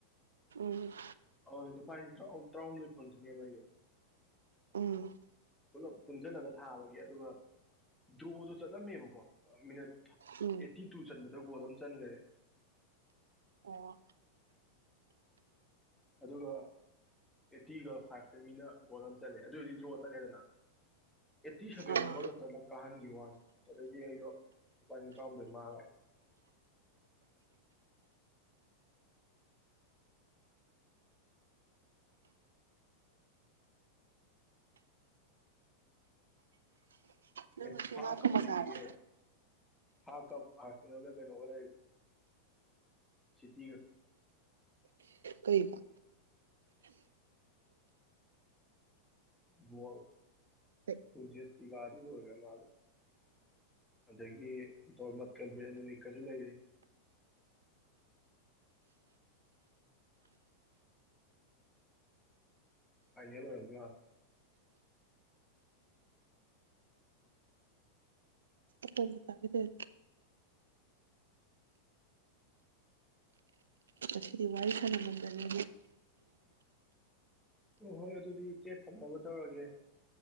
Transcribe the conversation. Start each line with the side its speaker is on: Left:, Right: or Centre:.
Right: ꯎꯝ
Centre: ꯑꯗꯨꯗꯅꯦ ꯂꯨꯄꯥ ꯇꯔꯥ ꯇꯔꯥꯍꯨꯝꯗꯣꯏ ꯐꯪꯗꯣꯢꯅꯦꯕ ꯑꯩꯁꯨ
Right: ꯎꯝ
Centre: ꯄꯨꯂꯞ ꯄꯨꯟꯁꯤꯜꯂꯒ ꯊꯥꯕꯒꯤ ꯑꯗꯨꯒ ꯗ꯭ꯔꯣꯗꯣ ꯆꯠꯂꯝꯃꯦꯕꯀꯣ ꯑ ꯃꯤꯅꯠ
Right: ꯎꯝ
Centre: ꯑꯩꯠꯇꯤꯇꯨ ꯆꯟꯒꯗꯧꯕ ꯒꯣꯜ ꯑꯃ ꯆꯟꯒ꯭ꯔꯦ
Right: ꯑꯣ
Centre: ꯑꯗꯨꯒ ꯑꯦꯠꯇꯤꯒ ꯐꯥꯏꯞꯇ ꯃꯤꯅ ꯒꯣꯜ ꯑꯃ ꯆꯜꯂꯦ ꯑꯗꯨ ꯑꯣꯏꯔꯗꯤ ꯗ꯭ꯔꯣ ꯆꯠꯂꯦꯗꯅ ꯑꯦꯠꯇꯤ ꯁꯥꯚꯦꯟꯗ
Right: ꯑꯥ
Centre: ꯑꯃꯒ ꯆꯠꯂꯑ ꯀꯥꯍꯟꯈꯤꯕ ꯋꯥꯅꯤ ꯑ ꯑꯗꯩꯗꯤ ꯑꯩꯗꯣ ꯂꯨꯄꯥ ꯂꯤ ꯇꯔꯥꯍꯨꯝꯗꯣꯏ ꯃꯥꯡꯉꯦ
Right: ꯅꯪ
Centre: ꯑꯦ
Right: ꯉꯁꯤ
Centre: ꯐꯥ
Right: ꯉꯥ ꯊꯣꯡꯕ
Centre: ꯀꯥꯂꯞ ꯂꯩꯔꯤꯌꯦ
Right: ꯆꯥꯔꯕ
Centre: ꯐꯥ ꯀꯥꯂꯞ ꯑꯥꯔꯁꯦꯜꯒ ꯀꯩꯅꯣꯒ ꯂꯩꯔꯤ ꯁꯤꯇꯤꯒ
Right: ꯀꯩꯒ
Centre: ꯨꯕꯣꯜ
Right: ꯀꯩ
Centre: ꯢꯟꯇꯦꯁꯇꯤꯒꯗꯤ ꯂꯣꯏꯒ꯭ꯔꯥ ꯃꯥꯜꯂꯦ ꯑꯗꯒꯤ ꯇꯣꯔꯃꯠꯀ ꯕ꯭ꯔꯦꯟ ꯃꯅꯤꯛꯀꯁꯨ ꯂꯩꯔꯤ ꯐꯥꯢꯅꯦꯜ ꯑꯣꯏꯔꯕ ꯃꯥꯜ
Right: ꯑꯄꯣꯝꯕ ꯆꯥꯒꯦ ꯇꯧꯅꯤ ꯁꯤꯗꯤ ꯋꯥꯔꯤ ꯁꯥꯅꯃꯟꯗꯅꯅꯦ
Centre: ꯑꯣꯍꯣꯏ ꯑꯗꯨꯗꯤ ꯏꯆꯦ ꯊꯝꯅꯕ ꯇꯧꯔꯒꯦ